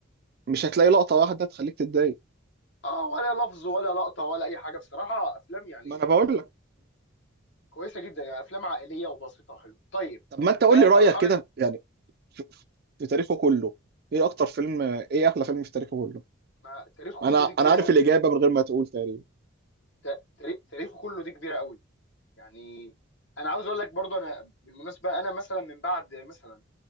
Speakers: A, on the right; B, on the left.
A: مش هتلاقي لقطه واحده تخليك تتضايق
B: اه ولا لفظ ولا لقطه ولا اي حاجه بصراحه افلام يعني
A: ما انا بقول لك
B: كويسه جدا يعني افلام عائليه وبسيطه وحلوه طيب
A: طب ما انت قول
B: ده
A: لي
B: مرحله
A: رأيك كده يعني في, في في تاريخه كله ايه اكتر فيلم ايه احلى فيلم في تاريخه كله
B: ما تاريخ
A: انا
B: كله دي كبيره
A: انا عارف
B: قوي
A: الإجابة
B: يعني
A: من غير ما تقول تقريبا
B: تا- تاريخ تاريخه كله دي كبيره قوي يعني انا عاوز اقول لك برضه انا بالمناسبه انا مثلا من بعد مثلا